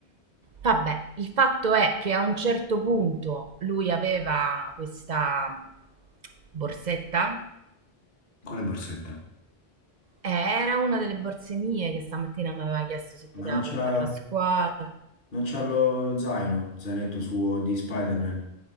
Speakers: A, on the right; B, on the left.
A: Vabbè, il fatto è che a un certo punto lui aveva questa borsetta.
B: con le borsette.
A: Eh, era una delle borse mie che stamattina mi aveva chiesto se poteva
B: Ma non c'ha,
A: portarla a scuola.
B: non c'ha lo zaino, zainetto suo di Spider-Man.